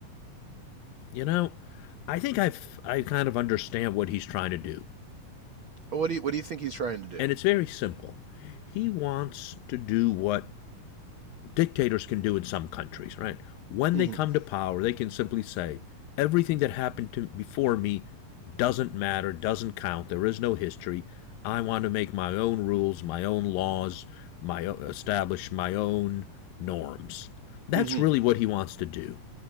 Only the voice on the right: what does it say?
What do you what do you think he's trying to do?
Mm-hmm.
Mm-hmm.